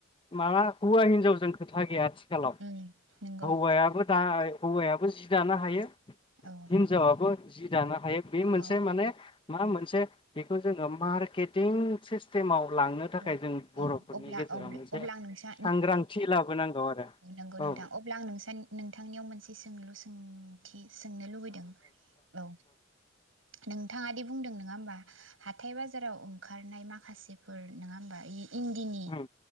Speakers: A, on the left; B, on the right.
A: माबा हौवा-हिनजावजों खोथा गैया आथिखाल हौवायाबो
B: उम नंगौ नोंथां
A: दा ओ हौवाया बो जि दानो हायो
B: औ
A: हिनजावाबो जि दानो हायो बे मोनसे
B: औ
A: माने मा
B: औ
A: मोनसे बेखौ जोङो मार्केटिं सिस्टेमाव लांनो थाखाय
B: औ
A: जों
B: औ
A: बर'फोरनि
B: अब्ला
A: गेजेराव
B: औ
A: मोनसे
B: अब्ला आं नोंसा
A: सांग्रांथि लाबोनांगौ आरो
B: नोंगौ नोंथां
A: औ
B: अब्ला आं नोंसा नोंथांनियाव मोनसे सोंलु सों ओम थि सोंनो लुबैदों औ नोंथाङा दि बुंदों नङा होमबा हाथाय-बाजाराव ओंखारनाय माखासे फोर नोङा होमबा इ इन्दिनि
A: उम